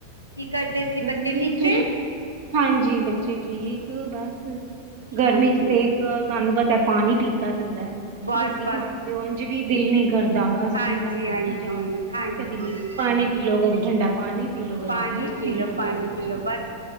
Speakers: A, on the right; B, on the right.
A: ਕੀ ਕਰਦੇ? ਸੀ
B: ਗਰਮੀ
A: ਬੱਚੇ ਠੀਕ
B: ਚ,
A: ਨੇ
B: ਹਾਂਜੀ ਬੱਚੇ ਠੀਕ ਬਸ ਗਰਮੀ
A: ਹਾਂਜੀ
B: ਚ ਤੇ ਇੱਕ ਤੁਹਾਨੂੰ ਪਤਾ ਪਾਣੀ ਪੀਤਾ ਜਾਂਦਾ।
A: ਬਸ
B: ਰੋਟੀ
A: ਬਸ
B: ਖਾਣ ਪਓ ਓਂਜ ਵੀ ਦਿਲ ਨੀ ਕਰਦਾ, ਬਸ
A: ਹਾਂਜੀ
B: ਠੰਡਾ ਪੀ
A: ਹਾਂਜੀ
B: ਵੀ ਜਾਓ
A: ਹਾਂਜੀ
B: ਕਦੀ ਨ ਪਾਣੀ ਪੀ ਲਓ ਕਦੀ ਠੰਡਾ ਪਾਣੀ ਪੀ ਲੋ, ਕਦੀ
A: ਪਾਣੀ
B: ਜੂਸ
A: ਪੀ ਲਓ
B: ਲੋ
A: ਪਾਣੀ
B: ਕਦੀ ਕੁਛ
A: ਪੀ ਲਓ ਬਸ।